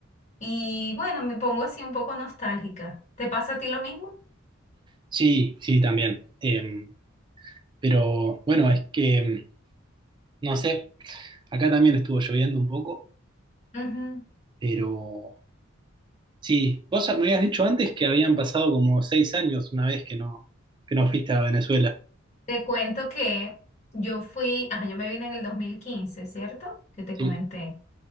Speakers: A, on the left; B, on the right.
A: Y bueno, me pongo así un poco nostálgica. ¿Te pasa a ti lo mismo?
B: Sí, sí, también. Eh, pero bueno, es que, mm, no sé, acá también estuvo lloviendo un poco,
A: Ujú.
B: pero Sí, vos me habías dicho antes que habían pasado como seis años una vez que no, que no fuiste a Venezuela.
A: Te cuento que yo fui, ajá, yo me vine en el dos mil quince ¿cierto? Que te
B: Sí,
A: comenté.